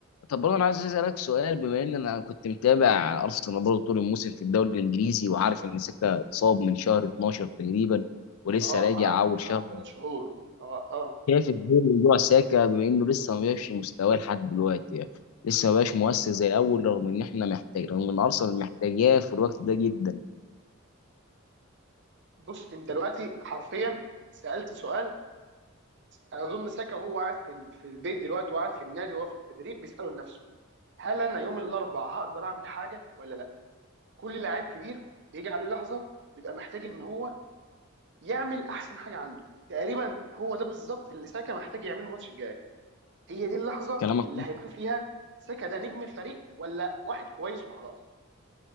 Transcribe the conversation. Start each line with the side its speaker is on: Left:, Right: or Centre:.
Left: طب برضه انا عايز اسالك سؤال بما ان انا كنت متابع ارسنال برضه طول الموسم في الدوري الانجليزي وعارف ان ساكا اتصاب من شهر 12 تقريبا ولسه
Right: اه
Left: راجع
Right: قعد
Left: اول شهر
Right: قعد ثلاث شهور اه اه
Left: شايف ازاي موضوع ساكا بما انه لسه ما بقاش في مستواه لحد دلوقتي يعني لسه ما بقاش مؤثر زي الاول رغم ان احنا محتاج رغم ان ارسنال محتاجاه في الوقت ده جدا
Right: بص انت دلوقتي حرفيا سالت سؤال اظن ساكا وهو قاعد في ال- في البيت دلوقتي وقاعد في النادي وهو في التدريب بيساله لنفسه هل انا يوم الاربعاء هقدر اعمل حاجه ولا لا كل لاعب كبير بيجي عليه لحظه بيبقى محتاج ان هو يعمل احسن حاجه عنده تقريبا هو ده بالظبط اللي ساكا محتاج يعمله الماتش الجاي هي دي اللحظه
Left: كلامك
Right: اللي هيبان فيها ساكا ده نجم الفريق ولا واحد كويس وخلاص